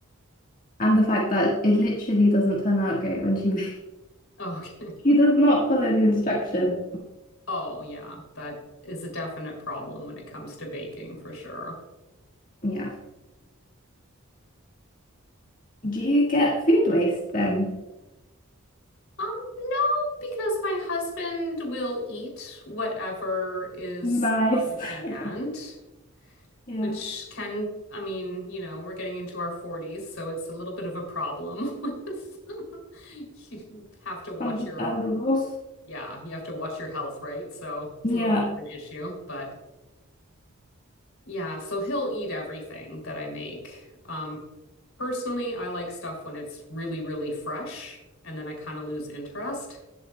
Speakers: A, on the left; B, on the left.
A: And the fact that it literally doesn't turn out great when she <laughs>
B: <laughs> Okay.
A: she does not follow the instructions.
B: Oh, yeah, that is a definite problem when it comes to baking for sure.
A: Yeah. Do you get food waste then?
B: Um, no, because my husband will eat whatever is
A: Nice.
B: on hand,
A: <laughs> Yeah,
B: which can, I mean, you know, we're getting into our 40s, so it's a little bit of a problem <laughs> with you have to watch
A: understandable.
B: your, yeah, you have to watch your health, right? So it's
A: Yeah.
B: a little bit of an issue, but Yeah, so he'll eat everything that I make. Um, personally, I like stuff when it's really, really fresh, and then I kind of lose interest.